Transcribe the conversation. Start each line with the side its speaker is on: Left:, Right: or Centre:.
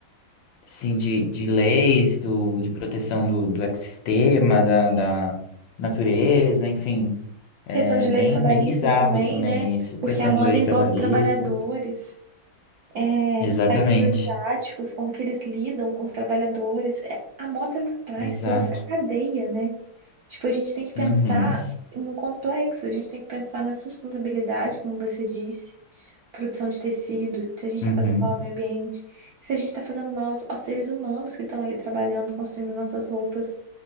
Left: Sim, de, de leis do, de proteção do, do ecossistema, da, da natureza, enfim. É
Right: Questão de
Left: bem,
Right: leis trabalhistas
Left: bem bizarro
Right: também,
Left: também
Right: né?
Left: isso,
Right: Porque
Left: questão
Right: a moda
Left: de leis
Right: envolve
Left: trabalhistas.
Right: trabalhadores. é,
Left: Exatamente.
Right: países asiáticos, como que eles lidam com os trabalhadores. É, a moda, ela traz
Left: Exato.
Right: toda essa cadeia, né? Tipo, a gente tem que pensar
Left: Uhum.
Right: no complexo, a gente tem que pensar na sustentabilidade, como você disse, produção de tecido, se a gente está
Left: Uhum.
Right: fazendo mal ao meio ambiente, se a gente está fazendo mal aos, aos seres humanos que estão ali trabalhando, construindo nossas roupas.